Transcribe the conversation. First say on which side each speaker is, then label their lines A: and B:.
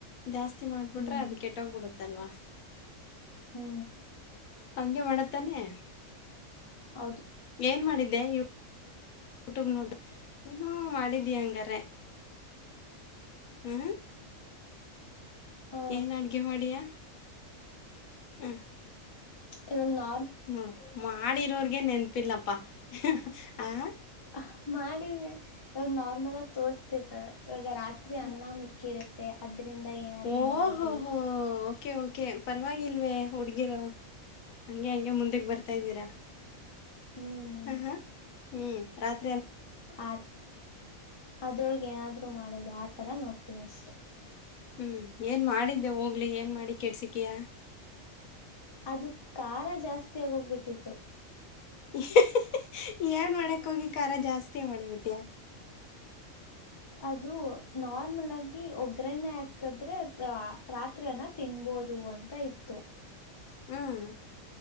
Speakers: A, on the left (about 80°); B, on the left (about 20°).
A: ಜಾಸ್ತಿ ಮಾಡ್ಬಿಟ್ರೆ
B: ಹ್ಮ್
A: ಅದ್ ಕೆಟ್ಟೋಗ್ಬಿಡುತ್ತೆ. ತಲ್ವ
B: ಹು
A: ಹಂಗೆ ಮಾಡದ್ತನೆ
B: ಹೌದು
A: ಏನ್ ಮಾಡಿದ್ದೆ ಯು ಯೂಟ್ಯೂಬ್ ನೋಡ್ ಏನೋ ಮಾಡಿದ್ಯ ಹಂಗಾರೆ. ಹ್ಮ್
B: ಹ
A: ಏನ್ ಅಡ್ಗೆ ಮಾಡಿಯಾ ಹ್ಮ.
B: ಇವಾಗ್ ನಾನ್
A: ನೋಡು ಮಾಡಿರೋರ್ಗೆ ನೆನಪಿಲ್ಲಪ್ಪಾ ಹಃ ಹ.
B: ಹ ಮಾಡಿದ್ವಿ. ಇವಾಗ್ ನಾರ್ಮಲ್ ಆಗಿ ತೋರ್ಸತಿರ್ತರೆ ಇವಾಗ ರಾತ್ರಿ
A: ಹ್ಮ
B: ಅನ್ನ ಮಿಕ್ಕಿ ಇರುತ್ತೆ ಅದ್ ರಿಂದ ಏನಾದ್ರು
A: ಓಹೋಹೋ
B: ಮಾಡೋದು.
A: ಓಕೆ ಓಕೆ ಪರವಾಗಿಲ್ವೆ ಹುಡ್ಗಿರೋ ಹಂಗೆ ಹಂಗೆ ಮುಂದುಕ್ ಬರ್ತಾ ಇದ್ದೀರಾ.
B: ಹ್ಮ್
A: ಹ ಹ್ಮ ರಾತ್
B: ಆ ಅದ್ರೊಳಗ್ ಏನಾದ್ರು ಮಾಡದು ಆತರ ನೋಡ್ತೀವಿ ಅಷ್ಟೆ.
A: ಹ್ಮ್ ಏನ್ ಮಾಡಿದ್ಯ ಹೋಗ್ಲಿ ಏನ್ ಮಾಡಿ ಕೆಡ್ಸಿಕಿಯ.
B: ಅದು ಖಾರ ಜಾಸ್ತಿ ಆಗ್ ಹೋಗ್ಬಿಟ್ಟಿತ್ತು.
A: ಹಃ ಹಃ ಹ ಏನ್ ಮಾಡಕ್ ಹೋಗಿ ಖಾರ ಜಾಸ್ತಿ ಮಾಡ್ಬಿಟೆ.
B: ಅದು ನಾರ್ಮಲ್ ಆಗಿ ಒಗ್ಗರಣೆ ಆಕ್ ಅಕದ್ರೆ ರಾತ್ರಿ ಅನ್ನ ತಿನ್ಬೋದು ಅಂತ ಇತ್ತು.
A: ಹ್ಮ್